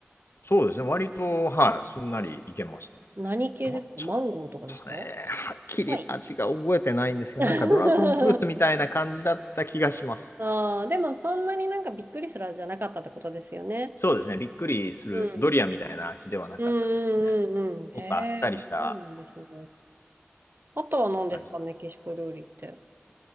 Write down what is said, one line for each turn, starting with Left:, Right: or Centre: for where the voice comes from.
Left: そうですね、割と、はい、すんなりいけました。
Right: 何系ですかマンゴーとかですかは
Left: ど、ちょっとね、はっきり味が覚えてないんですけど、
Right: い。<laughs>
Left: なんかドラゴンフルーツみたいな感じだった気がします。
Right: ああ、でもそんなになんかびっくりする味じゃなかったってことですよね。
Left: そうですね、びっくりするドリアンみたいな味ではなかったですね。
Right: うん。うんうんうんうん。へえ、
Left: もっとあっさりした
Right: あそうなんですね。あとは何ですか、
Left: 味だ。
Right: メキシコ料理って。